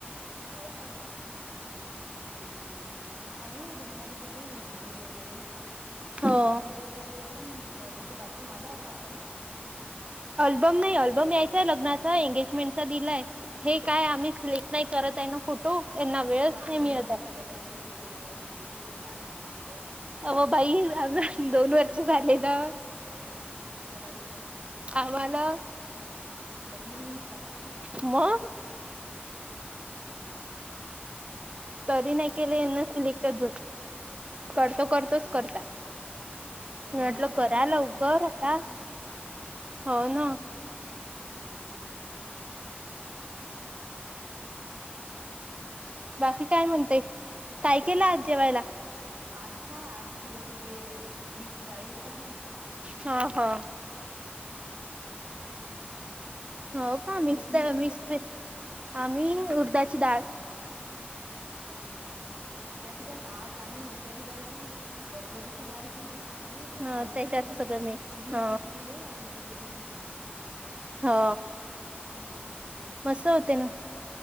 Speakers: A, on the right; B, on the right.
A: होव का हम्म. हम्म चांगलं होतं मणा तसं ते एडिटिंग वगैरे लग्नाचे
B: हो.
A: फोटोज वगैरे पण बहुतेक आल्बम आला होता वाटते ना
B: अल्बम नाही अल्बम यायचाय लग्नाचा एंगेजमेंटचा दिलाय. हे काय आम्ही सिलेक्ट नाही करत आहे ना फोटो. यांना वेळच
A: अ आम्ही
B: नाही मिळत
A: आमच्या
B: आहे.
A: लग्नाची केली नाही वसले काय सांगू तुला.
B: अव बाई आ दोन वर् चूघ आले ना.
A: कोणाला
B: आम्हाला
A: लग्न होऊन का
B: मग
A: हा हा.
B: तरी नाही केलेना सिलेक्टून करतो करतोच
A: हम्म
B: करतात. म्हटलं
A: दोन वर्ष
B: कराला
A: हवं
B: अवघं
A: टाइम तर काढायचा
B: आता
A: ना
B: हो ना.
A: हम्म.
B: बाकी काय म्हणतेय काय केला आज
A: बा
B: जेवायला
A: आज का आज थोडस ते मिक्स डाळी असात ना
B: हा हा
A: हम्म.
B: हो का
A: तिकडे
B: मिक्स
A: तुम्ही
B: मिक्स
A: काय केलत
B: आम्ही उरधची डाळ.
A: ह.
B: अच्
A: उडद्याची डाळ आज आम्ही उडद्याची डाळ केली बरबटी डाळ केली. आणि त्यामध्ये
B: ह त्याच्यात
A: तुरीत
B: सगळं मिक्स
A: तिन्ही
B: ह
A: मिक्स केले आणि त्याची भाजी केली.
B: हा
A: हम्म
B: मस् होते ना